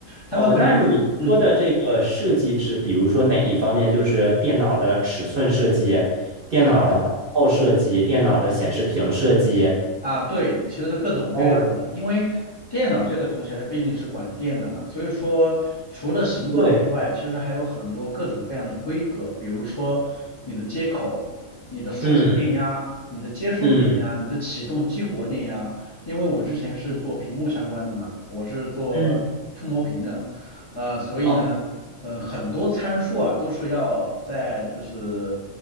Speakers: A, on the left; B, on the right.
A: 他们可能就嗯
B: 哦，那你说的这个设计是，比如说哪一方面？就是电脑的尺寸设计、电脑的薄厚设计、电脑的显示屏设计。
A: 啊对，其实各种各样的，
B: 哦，
A: 因为电脑这个东西它毕竟是管电的嘛，所以说除了形状之外，
B: 对，
A: 其实还有很多各种各样的规格，比如说你的接口、你的输出电压、
B: 嗯
A: 你的接收电压、
B: 嗯
A: 你的启动激活电压，因为我之前是做屏幕相关的嘛，我是做触摸屏的。
B: 嗯，
A: 呃，所以呢，
B: 哦
A: 呃，很多参数啊，都是要在就是，